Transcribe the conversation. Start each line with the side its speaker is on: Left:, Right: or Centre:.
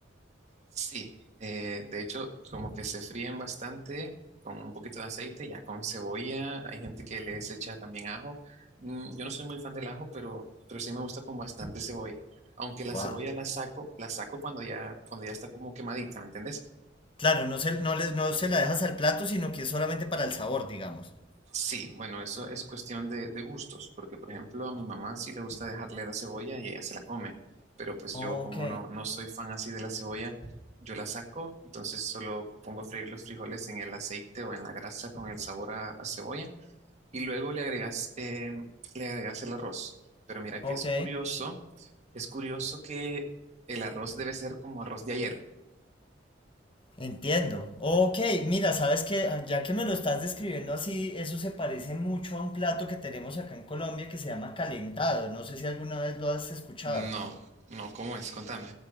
Right: Sí, eh, de hecho como que se fríen bastante con un poquito de aceite, ya con cebolla, hay gente que les echa también ajo. Mm, yo no soy muy fan del ajo, pero, pero sí me gusta con bastante cebolla. Aunque la
Left: Wow.
Right: cebolla la saco, la saco cuando ya, cuando ya está como quemadita, ¿me entendés?
Left: Claro, no se, no les, no se la dejas al plato, sino que es solamente para el sabor, digamos.
Right: Sí, bueno, eso es cuestión de, de gustos, porque por ejemplo a mi mamá sí le gusta dejarle la cebolla y ella se la come, pero pues
Left: Ok,
Right: yo como no, no soy fan así de la cebolla, yo la saco, entonces solo pongo a freír los frijoles en el aceite o en la grasa con el sabor a, a cebolla y luego le agregas, eh, le agregas el arroz. Pero mira
Left: ok.
Right: que es curioso, es curioso que el arroz debe ser como arroz de ayer.
Left: Entiendo. Ok, mira, sabes que ya que me lo estás describiendo así, eso se parece mucho a un plato que tenemos acá en Colombia que se llama calentado. No sé si alguna vez lo has escuchado.
Right: No, no, ¿cómo es? Contame.